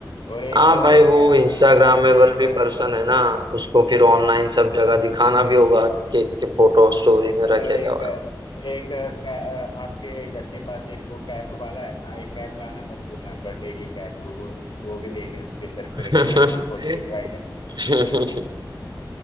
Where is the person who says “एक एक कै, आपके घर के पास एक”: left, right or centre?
Left